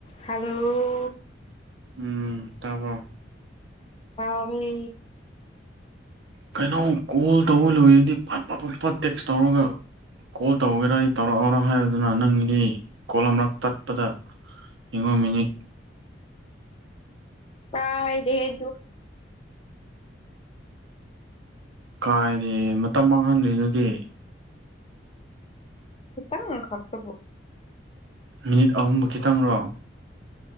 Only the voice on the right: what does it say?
ꯎꯝ ꯇꯥꯕ꯭ꯔꯣ
ꯀꯩꯅꯣ ꯀꯣꯜ ꯇꯧꯕ ꯂꯣꯏꯔꯗꯤ ꯄꯠ ꯐꯥ ꯄꯠ ꯐꯥ ꯇꯦꯛꯁ ꯇꯧꯔꯒ ꫰ ꯀꯣꯜ ꯇꯧꯒꯦꯔꯥ ꯑꯩ ꯇꯧꯔꯛꯑꯣꯔꯥ ꯍꯥꯏꯌꯣꯗꯅ ꯅꯪꯒꯤꯅꯤ ꯀꯣꯜ ꯑꯃꯔꯛ ꯇꯠꯄꯗ ꫰ ꯌꯦꯡꯉꯣ ꯃꯤꯅꯤꯠ ꫰
ꯀꯥꯏꯔꯦ ꯃꯇꯝ ꯃꯥꯡꯍꯟꯗ꯭ꯔꯤꯗꯨꯗꯤ ꫰
ꯃꯤꯅꯤꯠ ꯑꯍꯨꯝꯕꯨ ꯈꯤꯇꯪꯔꯣ ꫰